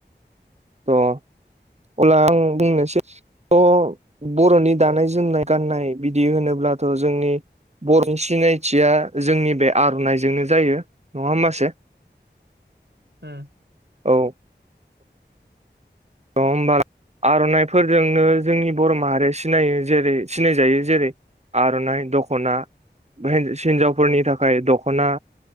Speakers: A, on the right; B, on the right.
A: थ' अब्ला आं बुंनोसै <unintelligible> बर'नि दानाय
B: अ
A: जोमनाय गाननाय बिदि होनोब्लाथ' जोंनि बर' सिनायथिया जोंनि बे आर'नाइजोंनो जायो नङा मासे?
B: उम ।
A: औ । नङा होमबा? आर'नाइफोरजोंनो जोंनि बर' माहारिया सिनायो जेरै सिनायजायो जेरै आर'नाइ दख'ना हिन्जावफोरनि थाखाय आय दख'ना